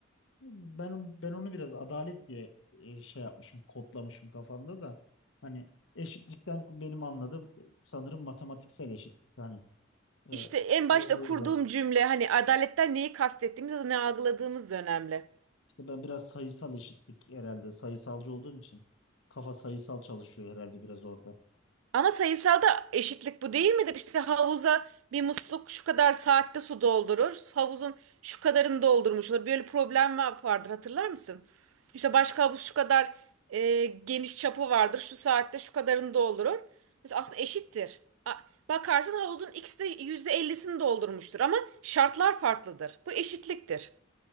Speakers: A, on the left; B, on the right.
A: Ben ben onu biraz adalet diye e, şey yapmışım, kodlamışım kafamda da. Hani eşitlikten benim anladığım sanırım matematiksel eşitlik. Hani e, o,
B: İşte en başta
A: o
B: kurduğum
A: yüzden
B: cümle hani adaletten neyi kastettiğimiz ya da ne algıladığımız da önemli.
A: işte ben biraz sayısal eşitlik herhalde sayısalcı olduğum için kafa sayısal çalışıyor herhalde biraz orada.
B: Ama sayısalda eşitlik bu değil midir? İşte havuza bir musluk şu kadar saatte su doldurur. Havuzun şu kadarını doldurmuş olur. Böyle problem var- vardır hatırlar mısın? İşte başka havuz şu kadar e, geniş çapı vardır. Şu saatte şu kadarını doldurur. Mesela aslında eşittir. A- Bakarsın havuzun ikisi de yüzde elli'sini doldurmuştur ama şartlar farklıdır. Bu eşitliktir.